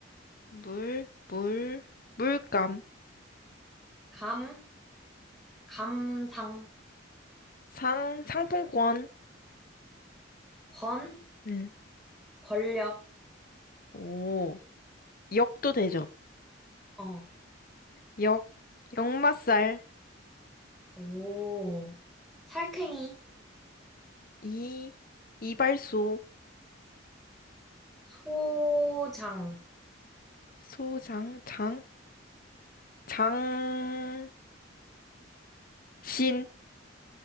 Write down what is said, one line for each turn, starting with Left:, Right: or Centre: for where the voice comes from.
Left: 물, 물, 물감,
Centre: 감, 감상,
Left: 상, 상품권.
Centre: 권,
Left: 음.
Centre: 권력.
Left: 오, 역도 되죠.
Centre: 어,
Left: 역, 역마살,
Centre: 오, 살쾡이,
Left: 이, 이발소,
Centre: 소장,
Left: 소장, 장, 장, 신,